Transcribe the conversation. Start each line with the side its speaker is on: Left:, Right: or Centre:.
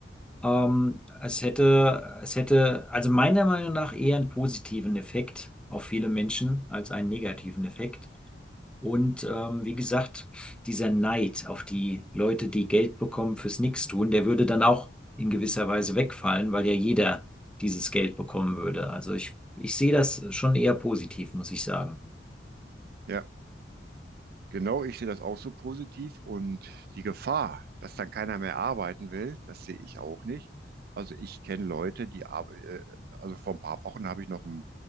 Centre: Ähm, es hätte, es hätte, also meiner Meinung nach eher einen positiven Effekt auf viele Menschen als einen negativen Effekt. Und ähm, wie gesagt, dieser Neid auf die Leute, die Geld bekommen fürs Nichtstun, der würde dann auch in gewisser Weise wegfallen, weil ja jeder dieses Geld bekommen würde. Also ich, ich sehe das schon eher positiv, muss ich sagen.
Right: ja, genau, ich sehe das auch so positiv und die Gefahr, dass dann keiner mehr arbeiten will, das sehe ich auch nicht. Also ich kenne Leute, die, arbe- äh, also vor ein paar Wochen habe ich noch einen